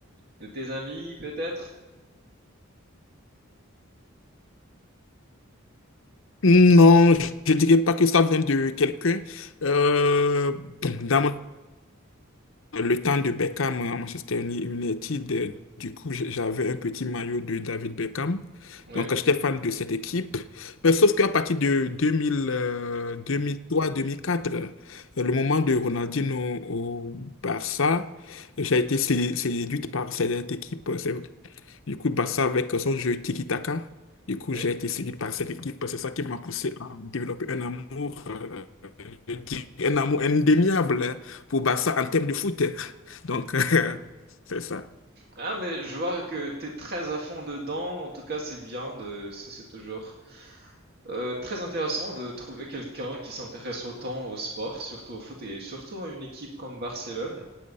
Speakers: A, on the right; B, on the left.
A: de tes amis peut-être?
B: Non, je dirais pas que ça vient de quelqu'un. Euh, bon, dans mon le temps de Beckham à Manchester Uni- United, euh, du coup, j- j'avais un petit maillot de David Beckham.
A: Oui,
B: Donc, euh, j'étais fan de cette équipe. Mais sauf qu'à partir de 2000, euh, 2003-2004, le moment de Ronaldinho au Barça, j'ai été sé- séduite par cette équipe. euh, C'est- Du coup, Barça avec son jeu tiki-taka. Du coup,
A: oui.
B: j'ai été séduite par cette équipe. C'est ça qui m'a poussé à développer un amour, euh, je dirais un amour indéniable pour Barça en termes de foot. Donc, euh, <laughs> c'est ça.
A: Ah mais je vois que t'es très à fond dedans. En tout cas, c'est bien de, c'est c'est toujours euh, très intéressant de trouver quelqu'un qui s'intéresse autant au sport, surtout au foot et surtout à une équipe comme Barcelone.